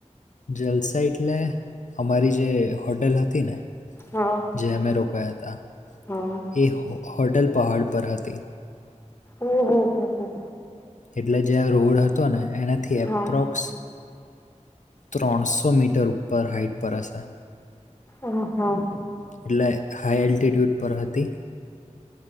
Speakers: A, on the left; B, on the left.
A: જલસા એટલે અમારી જે હોટેલ હતી ને
B: હા
A: જે અમે રોકાયાતા
B: હ હ
A: એ હોટલ પહાડ પર હતી.
B: ઓહ હો હો
A: એટલે જે આ રોડ હતો ને એનાથી એપ્રોક્સ
B: હા
A: ત્રણસો મીટર ઉપર હાઈટ પર હશે.
B: હહા
A: એટલે હાઈ એલ્ટિટ્યુડ પર હતી.